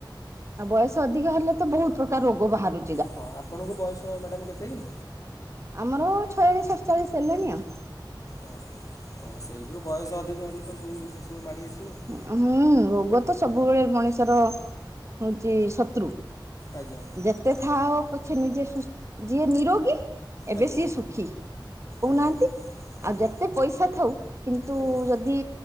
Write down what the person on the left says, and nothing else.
ହଁ ଆପଣଙ୍କୁ ବୟସ ମ୍ୟାଡ଼ାମ୍ କେତେ କି?
ଓହୋ ଓହୋ ସେଇଥିରୁ ବୟସ ଅଧିକ ହେଲେ ତ ସବୁ ସେ ସବୁ ମାଡ଼ି ଆସିବ ଆଉ।
ଆଜ୍ଞା।
ଆଜ୍ଞା
ଆଜ୍ଞା ଆଜ୍ଞା
ଆଜ୍ଞା